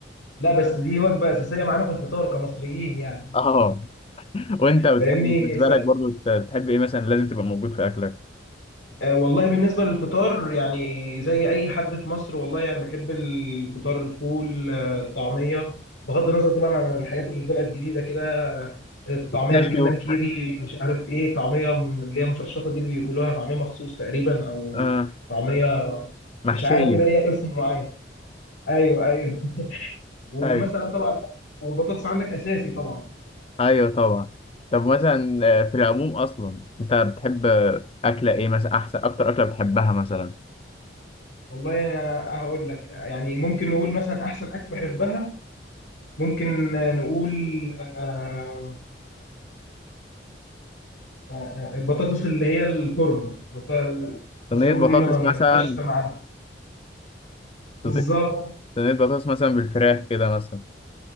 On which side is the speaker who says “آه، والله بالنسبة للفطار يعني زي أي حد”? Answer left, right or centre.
Left